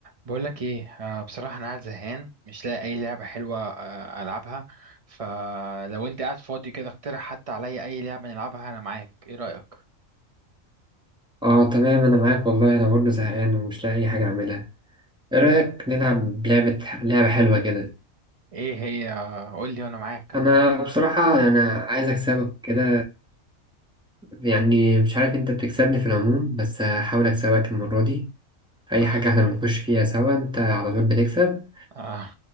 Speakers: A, on the right; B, in the centre.
A: بقول لك ايه آه بصراحة انا قاعد زهقان مش لاقي اي لعبة حلوة آه العبها فلو انت قاعد فاضي كده اقترح حتى عليا اي لعبة نلعبها انا معاك ايه رأيك
B: اه تمام انا معاك والله انا برضه زهقان ومش لاقي اي حاجه اعملها
A: حلوة
B: ايه رايك
A: أوي.
B: نلعب لعبه لعبه حلوه كده
A: ايه هي آه، قول لي وانا معاك انا
B: انا
A: معاك
B: بصراحه يعني عايز اكسبك كده يعني مش عارف انت بتكسبني في العموم بس هحاول اكسبك المره دي في اي
A: <laughs>
B: حاجه احنا بنخش فيها سوا انت على طول بتكسب
A: آه